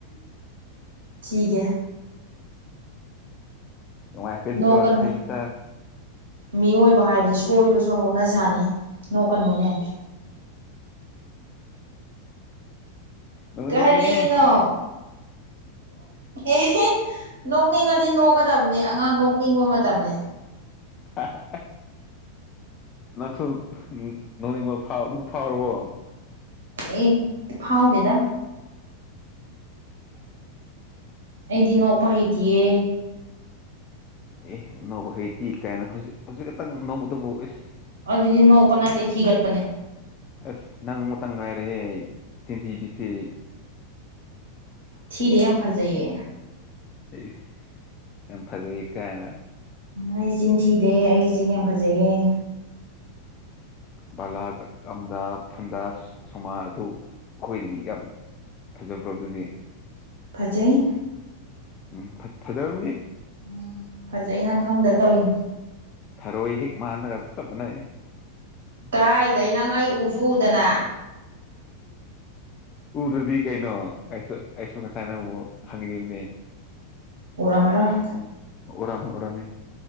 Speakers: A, on the right (about 60°); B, on the left (about 30°).
A: ꯊꯒꯦ
B: ꯃꯨꯡꯈꯦꯗꯀ
A: ꯅꯣꯛꯀꯅꯨ
B: ꯁ ꯏꯠꯇ
A: ꯃꯤꯑꯣꯏꯕ ꯍꯥꯏꯕꯕꯁꯤ ꯁꯣꯏꯕꯁꯨ ꯍꯧꯅ ꯁꯥꯥꯅꯤ ꯅꯣ ꯀꯅꯨꯅꯦ
B: ꯅꯣꯛꯅꯤꯡꯉꯦꯍꯦ
A: ꯀꯔꯤꯅꯣ ꯑꯦ ꯅꯣꯛꯅꯤꯡꯉꯗꯤ ꯅꯣꯛꯀꯗꯕꯅꯤ ꯑꯉꯥꯡ ꯅꯣꯛꯅꯤꯡꯕ ꯃꯇꯝꯅꯦ
B: ꯑ ꯂꯥꯛꯁꯣ ꯅꯅꯤ ꯐꯥꯎ ꯐꯥꯎꯔꯕꯣ
A: ꯑꯦ ꯐꯥꯎꯥꯎꯗꯦꯗ
B: <unintelligible>
A: ꯑꯩꯗꯤ ꯅꯣꯛꯄ ꯍꯩꯇꯌꯦ
B: ꯑꯦ ꯅꯧꯕ ꯍꯩꯇꯤ ꯀꯥꯏꯅ ꯍꯧꯖꯤꯛ ꯍꯧꯖꯤꯛ ꯈꯛꯇꯪ ꯅꯣꯡꯧꯕꯇꯕꯨ ꯑꯦꯁ
A: ꯑꯗꯨꯗꯤ ꯅꯣꯛꯄ ꯅꯠꯇꯦ ꯍꯤꯒꯠꯄꯅꯦ
B: ꯑꯁ ꯅꯪ ꯑꯃꯨꯇꯪ ꯉꯥꯏꯔꯦꯍꯦ ꯁꯟꯊꯤꯕꯤꯁꯤꯦ
A: ꯊꯤꯗꯤꯦ ꯑꯝꯐꯥꯖꯌꯦ
B: ꯑꯩ ꯌꯥꯝ ꯐꯖꯩ ꯀꯥꯏꯦꯅ
A: ꯑꯩ ꯏꯆꯤꯟ ꯊꯤꯗꯦ ꯑꯩꯒꯤ ꯏꯆꯤꯟ ꯌꯥꯝ ꯐꯖꯩꯌꯦꯦ
B: <unintelligible> ꯐꯟꯗꯥ ꯁꯣꯃꯥ ꯑꯗꯨ ꯑꯩꯈꯣꯏꯗꯒꯤ ꯌꯥꯝ ꯐꯖꯕ꯭ꯔꯣ ꯑꯗꯨꯗꯤ
A: ꯐꯖꯩ
B: ꯎꯝ ꯐꯖꯔꯝꯅꯤ
A: ꯎꯝ ꯐꯖꯩ ꯅꯪ ꯈꯪꯗ ꯇꯧꯏꯅꯦ
B: ꯊꯔꯣꯏ ꯍꯦꯛ ꯃꯥꯟꯂꯒ ꯆꯞ ꯃꯥꯟꯅꯩ
A: ꯀꯥꯏꯗꯩ ꯅꯪ ꯑꯩ ꯎꯖꯨ ꯎꯗꯅ
B: ꯎꯗ꯭ꯔꯗꯤ ꯀꯩꯅꯣ ꯑꯩꯁꯨ ꯑꯩꯁꯨ ꯉꯁꯥꯏ ꯅꯪꯕꯨ ꯍꯪꯅꯤꯡꯉꯤꯕꯅꯦ
A: ꯎꯔꯝꯃꯔꫭꯏ
B: ꯎꯔꯝꯃꯤ ꯎꯔꯝꯃꯤ